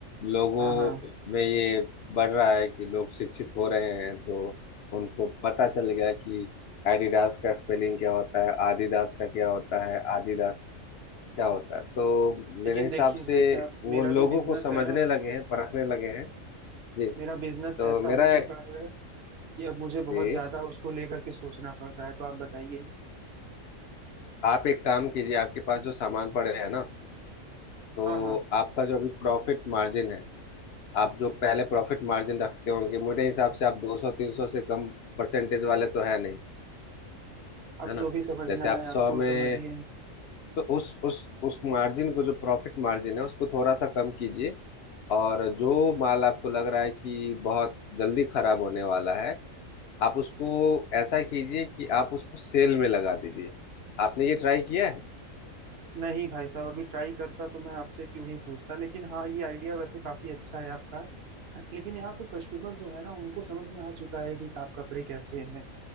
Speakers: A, on the left; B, on the right.
A: लोगों
B: हाँ हाँ
A: में ये बढ़ रहा है कि लोग शिक्षित हो रहे हैं तो उनको पता चल गया कि एडिडास का स्पेलिंग क्या होता है आदिदास का क्या होता है आदिदास क्या होता है तो मेरे
B: लेकिन
A: हिसाब
B: देखिए भाई
A: से
B: साहब
A: वो
B: मेरा
A: लोगों
B: जो बिजनेस
A: को समझने
B: है ना
A: लगे हैं परखने लगे हैं जी
B: मेरा बिजनेस
A: तो
B: ऐसा
A: मेरा
B: हो चुका है कि अब मुझे बहुत
A: जी
B: ज्यादा उसको लेकर के सोचना पड़ रहा है तो आप बताइए
A: आप एक काम कीजिए आपके पास जो सामान पड़े हैं ना तो
B: हाँ हाँ
A: आपका जो अभी प्रॉफिट मार्जिन है आप जो पहले प्रॉफिट मार्जिन रखते होंगे मेरे हिसाब से आप 200 300 से कम परसेंटेज वाले तो है नहीं
B: अब
A: है ना
B: जो भी समझना
A: जैसे आप
B: है
A: 100
B: आपको
A: में
B: समझिए
A: तो उस उस उस मार्जिन को जो प्रॉफिट मार्जिन है उसको थोड़ा सा कम कीजिए और जो माल आपको लग रहा है कि बहुत जल्दी खराब होने वाला है आप उसको ऐसा कीजिए कि आप उसको सेल में लगा दीजिए आपने ये ट्राई किया है
B: नहीं भाई साहब अभी ट्राई करता तो मैं आपसे क्यों ही पूछता लेकिन हाँ ये आइडिया वैसे काफी अच्छा है आपका लेकिन यहाँ पे कस्टमर जो है ना उनको समझ में आ चुका है कि आप कपड़े कैसे हैं